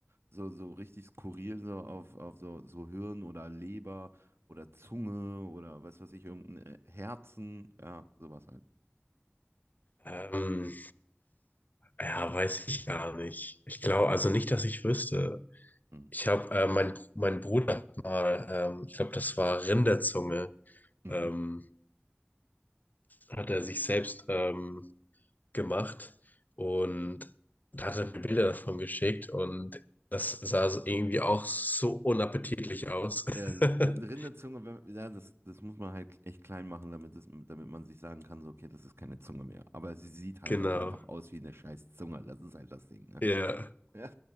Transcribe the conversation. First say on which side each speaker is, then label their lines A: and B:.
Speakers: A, on the right; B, on the left.
A: so, so richtig skurril, so auf, auf so, so Hirn oder Leber oder Zunge oder was weiß ich, irgendein äh, Herzen, ja, sowas halt.
B: Ähm, ja, weiß ich gar nicht. Ich glaube, also nicht, dass ich wüsste.
A: Hm.
B: Ich habe, äh, mein, mein Bruder hat mal, ähm, ich glaube, das war Rinderzunge,
A: Mhm.
B: ähm, hat er sich selbst ähm, gemacht und da hat er mir Bilder davon geschickt und das sah so irgendwie auch so unappetitlich aus.
A: Ja, d-
B: <laughs>
A: d- Rinderzunge, wenn, ja, das, das muss man halt echt klein machen, damit, es, damit man sich sagen kann, so, okay, das ist keine Zunge mehr. Aber sie sieht halt
B: Genau.
A: auch einfach aus wie eine scheiß Zunge. Das ist halt das Ding, ne?
B: Ja.
A: Ja,